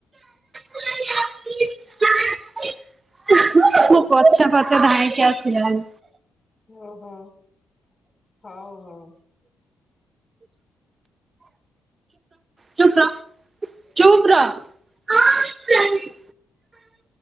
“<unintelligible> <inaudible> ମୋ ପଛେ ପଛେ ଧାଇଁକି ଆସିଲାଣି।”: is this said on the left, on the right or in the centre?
Right